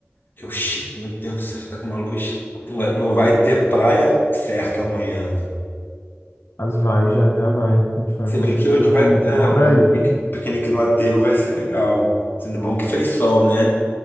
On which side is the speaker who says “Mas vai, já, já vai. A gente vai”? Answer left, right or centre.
Left